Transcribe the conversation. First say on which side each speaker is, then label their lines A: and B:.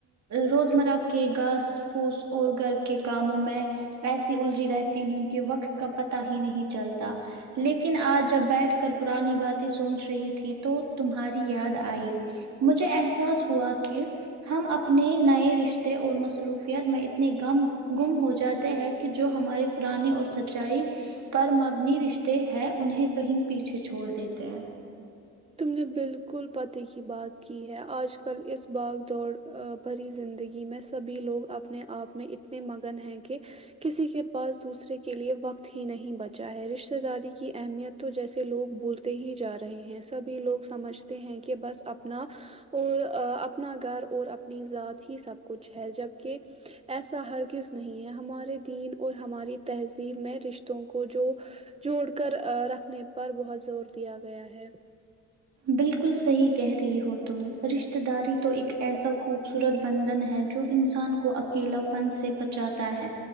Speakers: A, on the right; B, on the right.
A: روزمرہ کے گاس پھوس اور گھر کے کاموں میں ایسی الجھی رہتی ہوں کہ وقت کا پتہ ہی نہیں چلتا لیکن آج جب بیٹھ کر پرانی باتیں سوچ رہی تھی تو تمہاری یاد آئی مجھے احساس ہوا کہ ہم اپنے نئے رشتے اور مصروفیت میں اتنے غم گم ہو جاتے ہیں کہ جو ہماری پرانی اور سچائی پر مبنی رشتے ہے انہیں کہیں پیچھے چھوڑ دیتے ہیں
B: تم نے بالکل پتے کی بات کی ہے آج کل اس بھاگ دوڑ ا بھری زندگی میں سبھی لوگ اپنے آپ میں اتنے مگن ہیں کہ کسی کے پاس دوسرے کے لیے وقت ہی نہیں بچا ہے رشتے داری کی اہمیت تو جیسے لوگ بولتے ہی جا رہے ہیں سبھی لوگ سمجھتے ہیں کہ بس اپنا اور ا اپنا گھر اور اپنی ذات ہی سب کچھ ہے جبکہ ایسا ہرگز نہیں ہے ہمارے دین اور ہماری تہذیب میں رشتوں کو جو جوڑ کر ا رکھنے پر بہت زور دیا گیا ہے
A: بالکل صحیح کہہ رہی ہو تم رشتتے داری تو ایک ایسا خو بصورت بندھن ہے جو انسان کو اکیلا پن سے پچاتا ہے